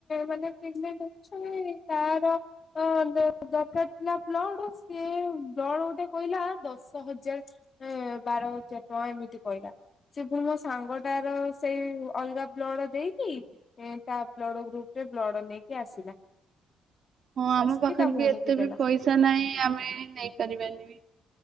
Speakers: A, on the left; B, on the right.
A: ମାନେ ପ୍ରେଗନେଣ୍ଟ ଅଛି ତାର ତ ଦରକାର ଥିଲା ବ୍ଲଡ ସେ ବ୍ଲଡ ଗୋଟେ କହିଲା ଦଶ ହଜାର ସେ ବାର ହଜାର ଟଙ୍କା ଏମିତି କହିଲା। ସେ ପୁଣି ମୋ ସାଙ୍ଗଟାର ସେଇ ଅଲଗା ବ୍ଲଡ ଦେଇକି ତା ବ୍ଲଡ ଗ୍ରୁପ ରେ ବ୍ଲଡ ନେଇକି ଆସିଲା।
B: ହଁ ଆମ
A: ଆସିକି
B: ପାଖରେ
A: ତା ଭଉଣୀକି
B: ବି ଏତେ
A: ଦେଲା।
B: ବି ପଇସା ନାହିଁ ଆମେ ନେଇ ପାରିବାନି ବି।